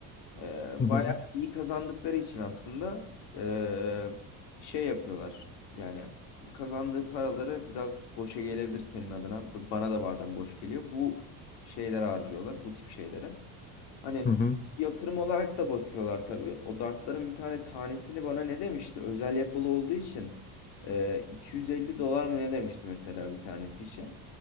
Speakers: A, on the left; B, on the left.
A: Ee,
B: hı hı.
A: bayağı iyi kazandıkları için aslında ee, şey yapıyorlar. Yani kazandığı paraları biraz boşa gelebilir senin adına. B- Bana da bazen boş geliyor. Bu şeylere harcıyorlar, bu tip şeylere. Hani
B: hı hı.
A: yatırım olarak da bakıyorlar tabii. O dartların bir tane tanesini bana ne demişti? Özel yapılı olduğu için ee, 250 dolar mı ne demişti mesela bir tanesi için.